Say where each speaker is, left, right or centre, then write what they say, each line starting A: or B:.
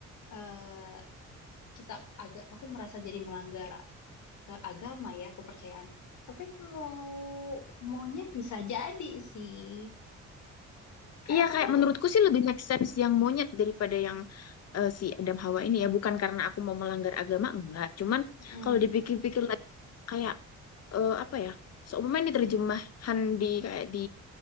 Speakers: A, on the left; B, on the left.
A: eh, kita agak, aku merasa jadi melanggar ke agama ya, kepercayaan. Tapi kalau monyet bisa jadi sih. Kayak
B: Iya
A: aku
B: kayak
A: tuh,
B: menurutku sih lebih make sense yang monyet daripada yang eh, si Adam Hawa ini ya. Bukan karena aku mau melanggar agama enggak. Cuman
A: mm,
B: kalau dipikir-pikir lagi kayak eh, apa ya? Seumpamanya ini terjemahan di kayak di